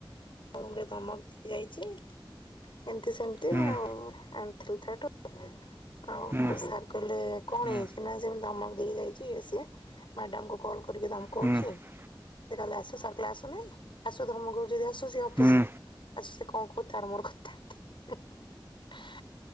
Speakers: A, on the left; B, on the right.
A: ରୁମରେ ଧମକ ଦେଇକି ଯାଇଚି। ଏମତି ସେମତି
B: ହୁଁ
A: ଆଉ ଆଣଥିଲି ତାଠୁ ଆଉ
B: ହୁଁ
A: ସାର୍ କହିଲେ କଣ
B: ହୁଁ
A: ହେଇଚି ନା ସେ ଏମତି ଧମକ ଦେଇକି ଯାଇଚି ଇଏ ସିଏ। ମ୍ୟାଡାମଙ୍କୁ କଲ୍ କରି ଧମକୋଉଚି।
B: ହୁଁ
A: ସେ କାଲି ଆସିବ ସାର କହିଲେ ଆସୁନେଇ ଆସୁ ଧମକୋଉଚି ଯଦି ଆସ ସୁ ସେ ଅଫିସି
B: ହୁଁ
A: ଆସୁ ସେ କଣ କୋହୁଚି ତାର ମୋର କଥାବାର୍ତ୍ତା।